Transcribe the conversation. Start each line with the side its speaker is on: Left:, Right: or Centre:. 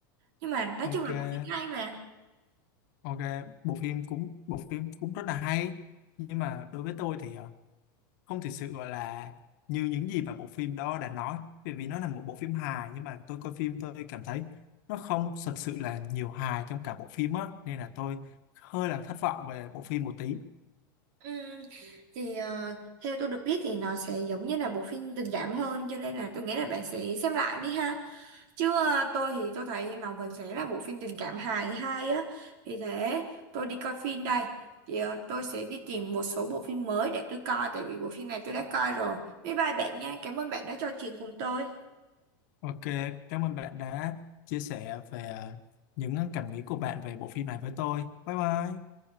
Right: Nhưng mà nói
Left: ok
Right: chung là bộ phim hay mà.
Left: ok bộ phim cũng bộ phim cũng rất là hay nhưng mà đối với tôi thì ờ, không thực sự gọi là như những gì mà bộ phim đó đã nói bởi vì nó là một bộ phim hài nhưng mà tôi coi phim tôi cảm thấy nó không thật sự là nhiều hài trong cả bộ phim á nên là tôi hơi là thất vọng về bộ phim một tí
Right: Ừm, thì ờ, theo tôi được biết thì nó sẽ giống như là bộ phim tình cảm hơn cho nên là tôi nghĩ là bạn sẽ xem lại đi ha. chứ ờ, tôi thì tôi thấy Ngọc Vân sẽ là bộ phim tình cảm hài hay á thì thế tôi đi coi phim đây thì, ờ, tôi sẽ đi tìm một số bộ phim mới để tôi coi tại vì bộ phim này tôi đã coi rồi bye bye bạn nha cảm ơn bạn đã trò chuyện cùng tôi
Left: Ok, cảm ơn bạn đã chia sẻ về ờ, những ờ, cảm nghĩ của bạn về bộ phim này với tôi. Bye bye.